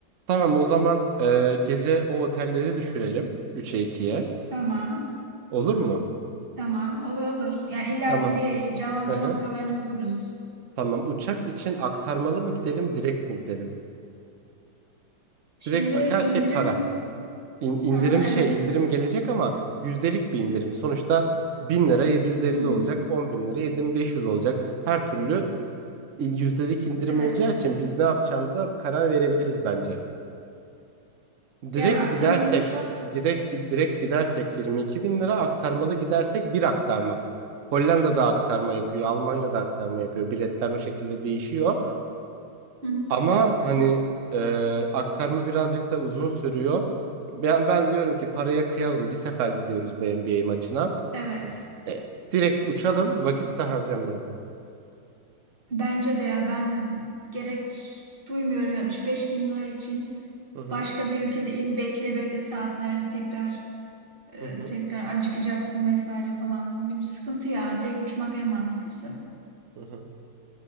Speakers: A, on the right; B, on the right.
A: Tamam o zaman e, gece o otelleri düşürelim 3'e ikiye
B: Tamam,
A: Olur mu?
B: tamam olur olur. Yani illaki
A: Tamam.
B: bir can alıcı
A: Hı hı.
B: noktalarını buluruz.
A: Tamam. Uçak için aktarmalı mı gidelim, direkt mi gidelim?
B: Şimdi
A: Direkt bak her
B: indirim...
A: şey para. İn, indirim
B: Hı hı, evet.
A: şey indirim gelecek ama yüzdelik bir indirim. Sonuçta 1000 lira 750
B: Hı,
A: olacak, 10 bin lira 7500 olacak. Her türlü yüzdelik indirim
B: evet.
A: olacağı için biz ne yapacağımıza karar verebiliriz bence. Direkt
B: Yani aktarmalı
A: gidersek,
B: uçak...
A: direkt, direkt gidersek 22 bin lira, aktarmalı gidersek bir aktarma. Hollanda'da aktarma yapıyor, Almanya'da aktarma yapıyor. Biletler o şekilde değişiyor.
B: Hı,
A: Ama hani e, aktarma birazcık da uzun sürüyor. Ben, ben diyorum ki paraya kıyalım, bir sefer gidiyoruz bu NBA maçına.
B: evet.
A: E, direkt uçalım, vakit de harcamayalım.
B: Bence de ya ben gerek duymuyorum ya üç beş bin lira için.
A: Hı hı,
B: Başka bir ülkede in bekle bekle saatlerce tekrar e,
A: hı hı,
B: tekrar acıkacaksın vesaire falan. Bir bir sıkıntı ya. Direkt uçmak en mantıklısı.
A: hı hı.